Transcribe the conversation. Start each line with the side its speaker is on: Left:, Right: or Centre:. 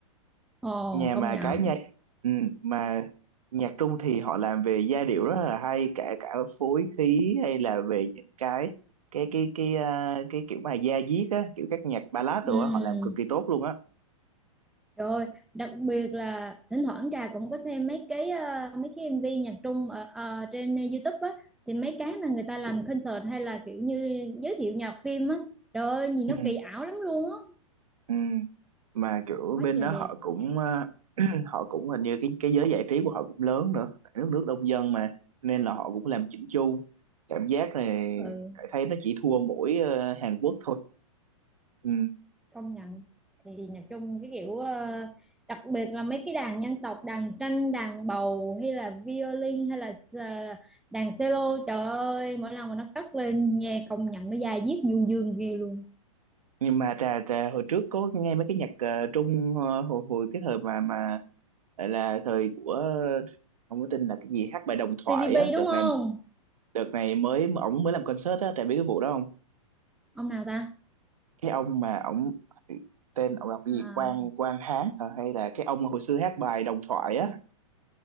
Centre: Ồ,
Right: nhà
Centre: công
Right: mà
Centre: nhận.
Right: cái nhạc ừ, mà nhạc Trung thì họ làm về giai điệu rất là hay cả cả phối khí hay là về những cái cái cái cái à, cái kiểu mà da diết á kiểu các nhạc ballad rồi
Centre: Ừ.
Right: á họ làm cực kỳ tốt luôn á
Centre: Rồi, đặc biệt là thỉnh thoảng Trà cũng có xem mấy cái ờ, mấy cái MV nhạc Trung ở ở trên YouTube á thì mấy cái mà người ta làm concert hay là kiểu như giới thiệu nhạc phim á. Trời ơi, nhìn
Right: ừ
Centre: nó kỳ ảo lắm luôn á.
Right: ừ. mà kiểu
Centre: Quá
Right: bên
Centre: trời
Right: đó
Centre: đẹp.
Right: họ cũng ờ, <clears throat> họ cũng hình như cái cái giới giải trí của họ cũng lớn nữa tại nước nước đông dân mà nên là họ cũng làm chỉnh chu cảm giác này
Centre: Ừ.
Right: Hải thấy nó chỉ thua mỗi ờ, Hàn Quốc thôi ừ.
Centre: công nhận thì nhạc Trung cái kiểu ờ, đặc biệt là mấy cái đàn dân tộc đàn tranh đàn bầu hay là violin hay là s- đàn cello trời ơi mỗi lần mà nó cất lên nghe công nhận nó da diết du dương ghê luôn
Right: nhưng mà trà trà hồi trước có nghe mấy cái nhạc ờ, Trung ờ, hồi hồi cái thời mà mà lại là thời của ờ, không có tin là cái gì hát bài đồng thoại
Centre: TVB
Right: á
Centre: đúng
Right: đợt
Centre: không
Right: này đợt này mới ổng mới làm concert á trà biết cái vụ đó
Centre: ông nào ta
Right: cái ông mà ổng tên ổng đọc cái
Centre: à,
Right: gì Quang Quang Hán hả? hay là cái ông hồi xưa hát bài đồng thoại á